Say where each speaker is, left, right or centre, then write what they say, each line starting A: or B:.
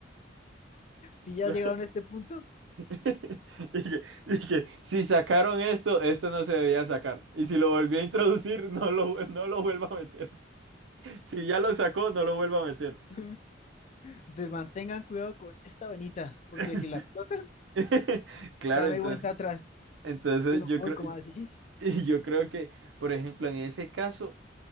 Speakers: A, on the left; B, on the right.
A: si ya
B: <laughs>
A: llegaron a este punto.
B: <laughs> Y que, y que si sacaron esto, esto no se debía sacar. Y si lo volvió a introducir, no lo, no lo vuelva a meter. Si ya lo sacó, no lo vuelva a meter.
A: <laughs> Entonces mantengan cuidado con esta venita, porque
B: <laughs>
A: si
B: Sí.
A: la <laughs> explotan,
B: <laughs> Claro,
A: ya
B: entonces,
A: no hay vuelta atrás.
B: entonces
A: Y uno,
B: yo
A: uy,
B: creo,
A: ¿cómo así?
B: y yo creo que, por ejemplo, en ese caso,